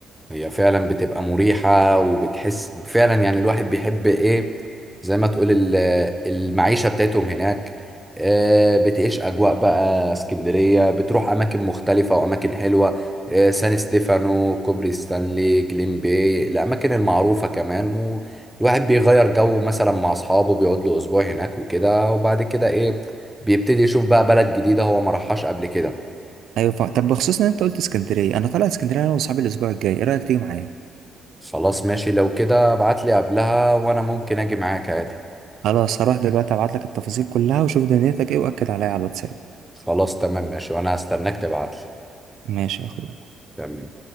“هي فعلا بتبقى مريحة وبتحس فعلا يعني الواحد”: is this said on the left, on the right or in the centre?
Centre